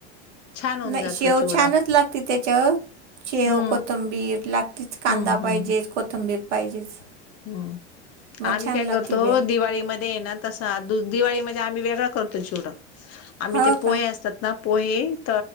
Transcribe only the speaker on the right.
नाही
शेव
छानच लागती. त्याच्या शेव
कोथंबीर लागतेच कांदा
पाहिजेच,
कोथंबीर पाहिजेच
मग
छान
लागते भेळ
हो
का